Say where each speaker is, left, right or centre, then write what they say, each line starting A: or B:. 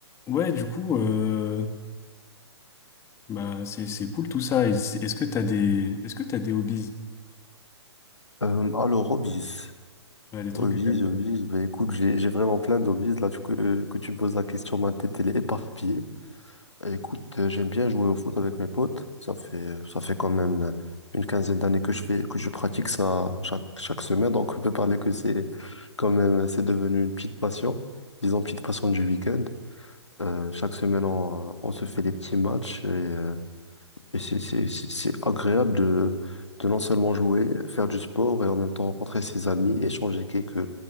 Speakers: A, on the left; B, on the left.
A: Ouais, du coup, euh, bah, c'est, c'est cool tout ça. Et c'est- Est-ce que t'as des, est-ce que t'as des hobbies?
B: Euh, alors, hobbies.
A: Ouais, des trucs
B: Hobbies,
A: que t'aimes.
B: hobbies.
A: faire.
B: Bah, écoute, j'ai, j'ai vraiment plein d'hobbies. Là, tu- que, que tu me poses la question, ma tête, elle est éparpillée. Bah, écoute, euh, j'aime bien jouer au foot avec mes potes. Ça fait, ça fait quand même une quinzaine d'années que je fais, que je pratique ça chaque, chaque semaine. Donc, on peut parler que c'est quand même, c'est devenu une petite passion. Disons, petite passion du week-end. Euh, chaque semaine, on, on se fait des petits matchs et, euh, et c'est c'est- c'est- c'est agréable de, de non seulement jouer, faire du sport et en même temps rencontrer ses amis, échanger quelques,